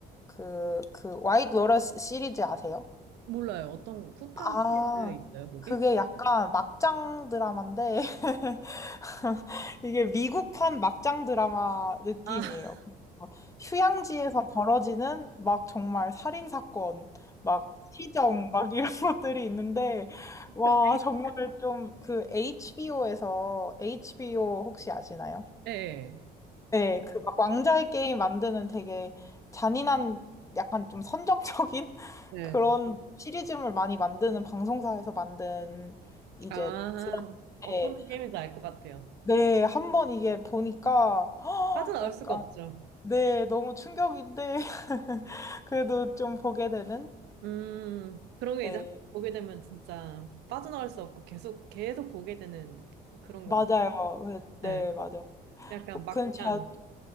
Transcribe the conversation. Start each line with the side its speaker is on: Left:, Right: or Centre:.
Left: 그, 그, 와이드 로러스 시리즈 아세요?
Right: 몰라요. 어떤 쿠팡
Left: 아,
Right: 시리즈 있어요, 그게?
Left: 그게 약간 막장 드라마인데, <laughs> 이게 미국판 막장 드라마 느낌이에요.
Right: 아,
Left: 그래서 휴양지에서 벌어지는 막 정말 살인 사건, 막 시정, 막 이런 <laughs> 것들이 있는데, 와,
Right: <laughs>
Left: 정말 좀 그 HBO에서, HBO 혹시 아시나요?
Right: 네.
Left: 네, 그 막 왕자의 게임 만드는 되게 잔인한 약간 좀 선정적인 <laughs>
Right: 네.
Left: 그런 시리즈물 많이 만드는 방송사에서 만든 이제
Right: 아,
Left: 드라마인데
Right: 어떤 게임인지 알 것 같아요.
Left: 네, 한번 이게 보니까 <gasps>
Right: 빠져나올
Left: 약간
Right: 수가 없죠.
Left: 네, 너무 충격인데 <laughs> 그래도 좀 보게 되는
Right: 음, 그런 게
Left: 네,
Right: 이제 한번 보게 되면 진짜 빠져나갈 수 없고 계속, 계속 보게 되는 그런
Left: 맞아요.
Right: 것 같아요.
Left: 그- 네,
Right: 네.
Left: 맞아요.
Right: 약간
Left: 혹-
Right: 막장.
Left: 근데 제가